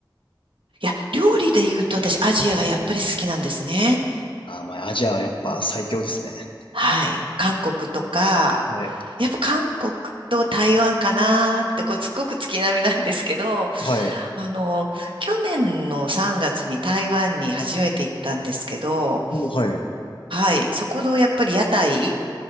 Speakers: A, on the right; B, on the left.
A: いや、料理で言うと私、アジアがやっぱり好きなんですね。
B: ああ、まあ、アジアはやっぱ最強ですね。
A: はい。韓国とか、
B: はい。
A: やっぱ韓国と台湾かなーって、これすごく月並みなんですけど、
B: はい。
A: あの、去年の3月に台湾に初めて行ったんですけど、
B: おはい。
A: はい。そこのやっぱり屋台